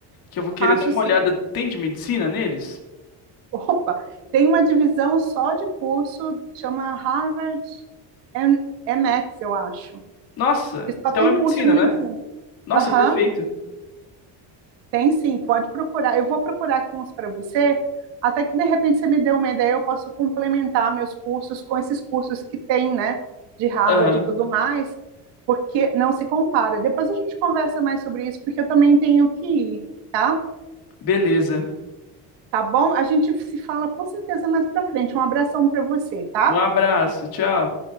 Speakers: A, on the left; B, on the right.
A: Que eu vou querer
B: Faço
A: dar uma
B: sim.
A: olhada. Tem de medicina neles?
B: Opa, tem uma divisão só de curso, chama Harvard M- MX, eu acho,
A: Nossa,
B: que só
A: então
B: tem
A: é medicina,
B: curso de
A: né?
B: medicina.
A: Nossa,
B: Aham,
A: perfeito.
B: tem sim, pode procurar. Eu vou procurar aqui uns para você, até que de repente você me dê uma ideia, eu posso complementar meus cursos com esses cursos que tem, né, de Harvard
A: Aham,
B: e tudo mais, porque não se compara. Depois a gente conversa mais sobre isso, porque eu também tenho que ir, tá?
A: beleza.
B: Tá bom? A gente se fala com certeza mais para frente. Um abração para você, tá?
A: Um abraço, tchau.